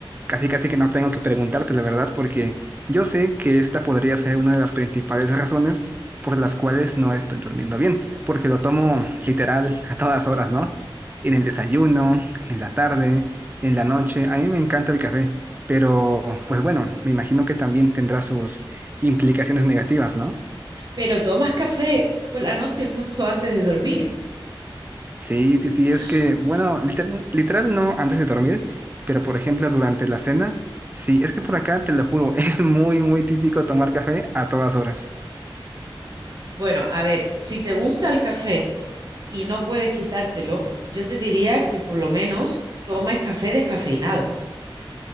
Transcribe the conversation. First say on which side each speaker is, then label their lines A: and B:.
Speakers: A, on the right; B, on the right.
A: casi casi que no tengo que preguntarte la verdad, porque yo sé que esta podría ser una de las principales razones por las cuales no estoy durmiendo bien, porque lo tomo literal a todas horas, ¿no? En el desayuno, en la tarde, en la noche. A mí me encanta el café, pero pues bueno, me imagino que también tendrá sus implicaciones negativas, ¿no?
B: Pero tomas café por la noche justo antes de dormir.
A: Sí, sí, sí,
B: <gasps>
A: es que, bueno, literal, literal no antes de dormir, pero por ejemplo durante la cena, sí, es que por acá, te lo juro, <laughs> es muy, muy típico tomar café a todas horas.
B: Bueno, a ver, si te gusta el café y no puedes quitártelo, yo te diría que por lo menos tomes café descafeinado.